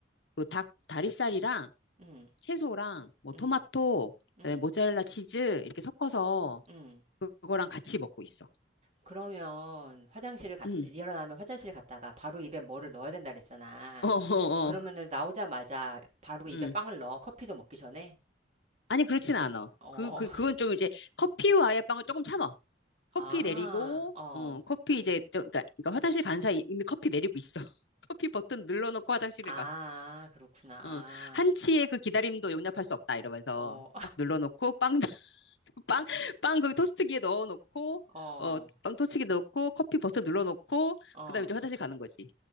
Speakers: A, on the left; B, on the right.
A: 그 닭, 다리살이랑
B: 응,
A: 채소랑 뭐 토마토,
B: 응,
A: 그다음에
B: 응,
A: 모짜렐라 치즈 이렇게 섞어서
B: 응.
A: 그거랑 같이 먹고 있어.
B: 그러면 화장실을 갔,
A: 음.
B: 일어나면 화장실 갔다가 바로 입에 뭐를 넣어야 된다 그랬잖아.
A: <laughs> 어, 어,
B: 그러면은
A: 어.
B: 나오자마자 바로 입에
A: 음.
B: 빵을 넣어. 커피도 먹기 전에.
A: 아니, 그렇진 않아.
B: 어,
A: 그, 그,
B: <laughs>
A: 그건 좀 이제 커피와의 빵을 조금 참아. 커피
B: 아,
A: 내리고,
B: 어,
A: 어, 커피 이제, 저, 그러니까, 그러니까 화장실 간 사이 이미 커피 내리고 있어. <laughs> 커피 버튼 눌러놓고 화장실을
B: 아,
A: 가.
B: 그렇구나.
A: 어, 한치의 그 기다림도 용납할 수 없다 이러면서
B: 어,
A: 딱 눌러놓고 빵, <laughs> 빵, 빵 거기 토스트기에 넣어놓고
B: <laughs> 어,
A: 어, 빵 토스트기에 넣고 커피 버튼 눌러놓고
B: 어.
A: 그다음에 이제 화장실 가는 거지.